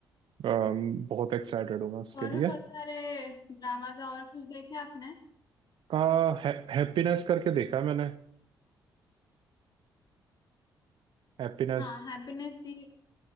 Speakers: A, on the right; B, on the left.
A: अम, बहुत एक्साइटेड हूँ मैं उसके
B: और
A: लिए
B: भी बहुत सारे ड्रामाज और कुछ देखे आपने
A: का है, हैप्पीनेस करके देखा है मैंने हैप्पीनेस
B: हाँ हैप्पीनेस ही